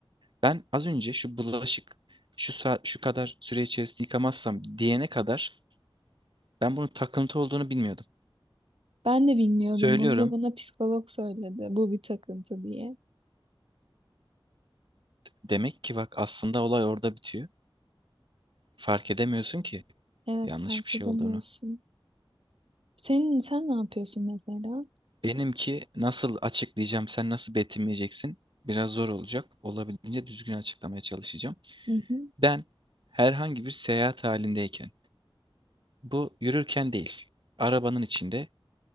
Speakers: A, on the right; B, on the right.
A: Ben az önce şu bulaşık şu sa- şu kadar süre içerisinde yıkamazsam diyene kadar ben bunun takıntı olduğunu bilmiyordum.
B: Ben de bilmiyordum.
A: Söylüyorum.
B: Bunu da bana psikolog söyledi. Bu bir takıntı diye.
A: Demek ki bak aslında olay orada bitiyor. Fark edemiyorsun ki
B: Evet
A: yanlış
B: fark
A: bir şey
B: edemiyorsun.
A: olduğunu.
B: Senin sen ne yapıyorsun mesela?
A: Benimki nasıl açıklayacağım, sen nasıl betimleyeceksin? Biraz zor olacak. Olabildiğince düzgün açıklamaya çalışacağım.
B: Hı hı
A: Ben herhangi bir seyahat halindeyken, bu yürürken değil, arabanın içinde,